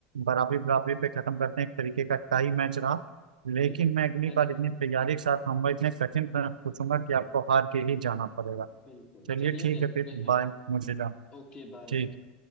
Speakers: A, on the right; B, on the left.
A: बराबरी बराबरी पे खत्म करते हैं एक तरीके का टाई मैच रहा लेकिन
B: बिल्कुल
A: मैं अगली
B: चल
A: बार इतनी तैयारी के साथ आऊंगा इतने कठिन प्रश्न पूछूंगा कि आपको हार के ही जाना पड़ेगा
B: बिल्कुल
A: चलिए
B: चलिए
A: ठीक
B: देखते
A: है फिर बाय
B: हैं
A: मुझे जाना
B: Okay bye
A: ठीक है